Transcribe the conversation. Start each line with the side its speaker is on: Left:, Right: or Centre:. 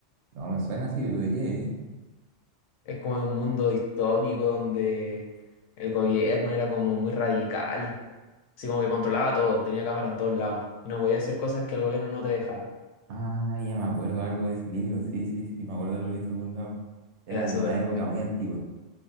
Right: No, me suena así, pero ¿de qué? eh?
Left: Es como de un mundo distópico donde el gobierno era como muy radical, así como que controlaba todo, tenía cámara en todos lados y no podía hacer cosas que el gobierno no te dejaba.
Right: Ah, ya me acuerdo algo de ese libro, sí, sí, sí, me acuerdo de haberlo visto en algún lado. Era
Left: Era
Right: como
Left: súper...
Right: una época muy antigua.